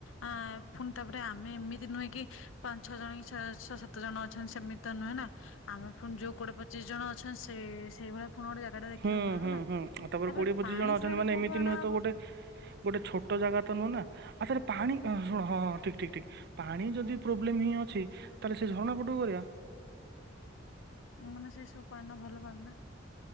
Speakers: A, on the left; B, on the right.
A: ଆ ପୁଣି ତାପରେ ଆମେ ଏମିତି ନୁହେଁ କି ପାଞ୍ଚ ଛଅ ଜଣ କି ଛଅ ଛଅ ସାତ ଜଣ ଅଛନ୍ତି। ସେମିତି ତ ନୁହେଁ ନା ଆମେ ପୁଣି ଯୋଉ କୋଡିଏ ପଚିଶ ଜଣ ଅଛନ୍ତି ସେ ସେଇଭଳିଆ। ପୁଣି ଗୋଟେ ଜାଗାଟା ଦେଖିବାକୁ
B: ହୁଁ
A: ପଡିବ
B: ହୁଁ
A: ନା
B: ହୁଁ ତାପରେ କୋଡିଏ ପଚିଶ
A: ପାଣି
B: ଜଣ ଅଛ
A: ଫାଣି
B: ମାନେ
A: କୋଉଠୁ
B: ଏମିତି
A: ଅଣାହବ
B: ନୁହେଁ ତ ଗୋଟେ ଗୋଟେ ଛୋଟ ଜାଗା ତ ନୁହେଁ ନା। ଆସରେ ପାଣି ଶୁଶୁଣ ହଁ ହଁ ଠିକ ଠିକ୍। ଠିକ୍। ପାଣି ଯଦି ପ୍ରୋବ୍ଲେମ ହିଁ ଅଛି। ତାହେଲେ ସେ ଝରଣା ପଟଉ କରିବା।
A: ମାନେ ସେ ସବୁ ପାନ୍ ନା ଭଲ ପାନ୍ ନା।